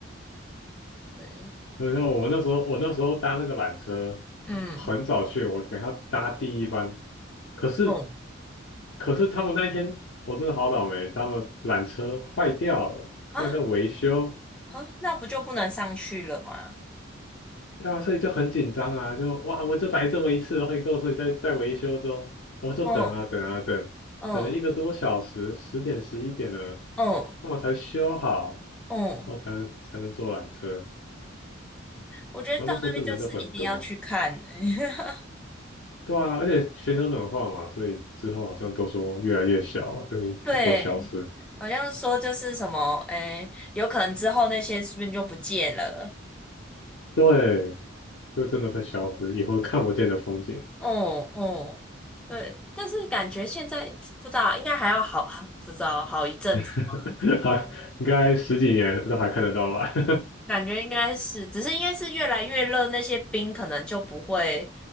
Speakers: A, in the centre; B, on the left.
A: 对，
B: 对那我那时候我那时候搭那个缆车，
A: 嗯
B: 很早去，我给他搭第一班，可是
A: 嗯
B: 可是他们那一天我真的好倒霉，他们缆车坏掉了，
A: 啊
B: 他们在维修，
A: 啊，那不就不能上去了吗？
B: 对啊，所以就很紧张啊，就哇，我就来这么一次，会后你跟我说你在在维修中，我就等啊等啊等，
A: 嗯嗯
B: 等了一个多小时，十点十一点了，
A: 嗯
B: 他们才修好，
A: 嗯，
B: 然后才能才能坐缆车，
A: 我觉得到那边就是一定要去看欸
B: 然后那时候就人就很多，
A: <laughs>
B: 对啊，而且全球暖化嘛，所以之后好像都说越来越小，就会都消失，
A: 对，好像是说就是什么，诶，有可能之后那些是不是就不见了？
B: 对，就真的会消失，以后看不见的风景。
A: 嗯嗯，对，但是感觉现在不知道，应该还要好，好不知道好一阵子嘛，
B: <laughs> 还应该十几年这都还看得到吧？<laughs>
A: 感觉应该是，只是应该是越来越热，那些冰可能就不会